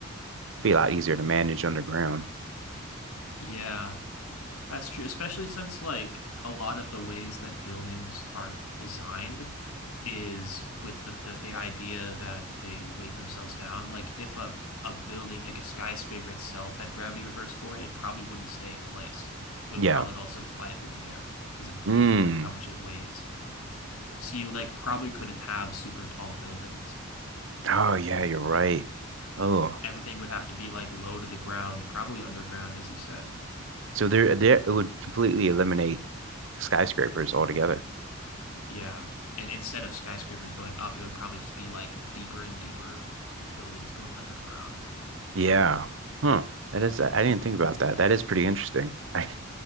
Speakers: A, on the right (about 60°); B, on the left (about 85°).
A: be a lot easier to manage underground.
B: Yeah. That's true, especially since like a lot of the ways that buildings are designed is with the, the, the idea that they weight themselves down. Like if a, a building, like a skyscraper itself had gravity reversed for it, it probably wouldn't stay in place. It
A: Yeah.
B: would probably also fly up in the air because of
A: Mm.
B: because of how much it weighs. So you like probably couldn't have super tall buildings.
A: Oh yeah, you're right. Oh.
B: Everything would have to be like low to the ground, probably underground, as you said.
A: So there there it would completely eliminate skyscrapers altogether.
B: Yeah. And instead of skyscrapers going up, it would probably just be like deeper and deeper buildings going underground.
A: Yeah. Huh. That is, I didn't think about that. That is pretty interesting. <laughs> I,